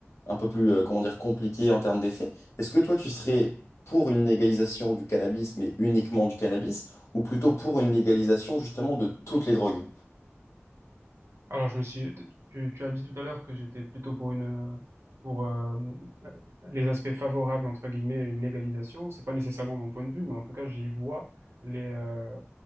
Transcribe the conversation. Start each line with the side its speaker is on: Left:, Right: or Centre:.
Left: un peu plus euh, comment dire compliquées en termes d'effets. Est-ce que toi tu serais pour une légalisation du cannabis mais uniquement du cannabis ou plutôt pour une légalisation justement de toutes les drogues?
Right: Alors, je me suis, tu, tu as dit tout à l'heure que j'étais plutôt pour une, pour euh, euh, les aspects favorables, entre guillemets, à une légalisation. C'est pas nécessairement mon point de vue, mais en tout cas, j'y vois les, euh,